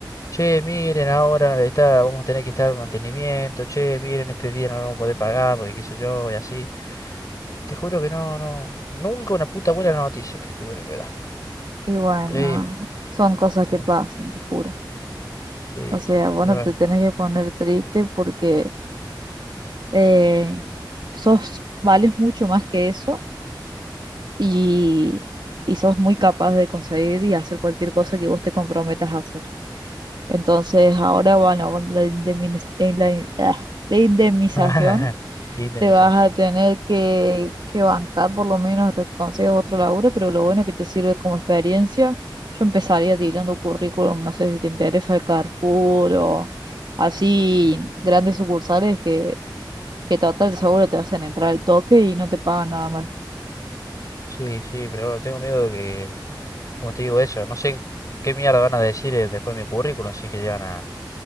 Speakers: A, on the left (about 45°); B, on the right (about 65°).
A: Che, miren, ahora está, vamos a tener que estar en mantenimiento. Che, miren, este día no lo vamos a poder pagar porque qué sé yo, y así. Te juro que no, no. Nunca una puta buena noticia me tuvieron que dar.
B: Y bueno,
A: Sí, es
B: son cosas que
A: muy
B: pasan,
A: feo.
B: te juro.
A: Sí,
B: O sea,
A: sí,
B: vos
A: pero
B: no
A: bueno.
B: te tenés que poner triste porque eh, sos, vales mucho más que eso y, y sos muy capaz de conseguir y hacer cualquier cosa que vos te comprometas a hacer. Entonces, ahora, bueno, con la, indemniz- eh, la in- ah, la indemnización
A: <laughs> Indemnización.
B: te vas a tener que, que bancar por lo menos hasta que consigas otro laburo, pero lo bueno que te sirve como experiencia, yo empezaría tirando currículum, no sé si te interesa el Carrefour o así grandes sucursales que que total seguro te hacen entrar al toque y no te pagan nada mal.
A: Sí, sí, pero bueno, tengo miedo de que, como te digo eso, no sé qué mierda van a decir eh, después de mi currículum si es que llegan a